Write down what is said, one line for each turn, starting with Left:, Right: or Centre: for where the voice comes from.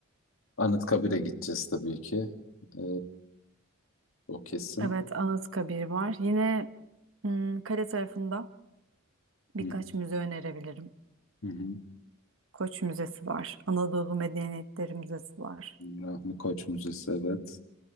Left: Anıtkabir'e gideceğiz tabii ki. Ee, o kesin.
Right: Evet Anıtkabir var. Yine hmm, kale tarafında birkaç
Left: Hı hı.
Right: müze önerebilirim.
Left: Hı hı.
Right: Koç Müzesi var. Anadolu Medeniyetleri Müzesi var.
Left: Rahmi Koç Müzesi evet.